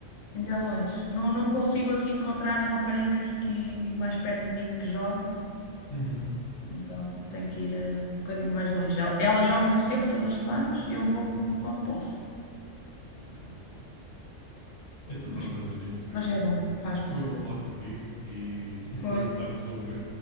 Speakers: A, on the left; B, on the left.
A: Ainda é longe. Não, não consigo aqui encontrar raparigas aqui mais perto de mim que joguem.
B: Uhum.
A: Então tenho que ir eh, um bocadinho mais longe. El- Elas jogam sempre, todas as semanas. Eu vou,
B: Uhum.
A: vou quando posso.
B: Ok. Então pronto,
A: Mas pronto.
B: olha, nisso foi,
A: Mas é bom, faz bem.
B: foi bom falar contigo e, <laughs> e
A: Foi,
B: perguntar-te sobre,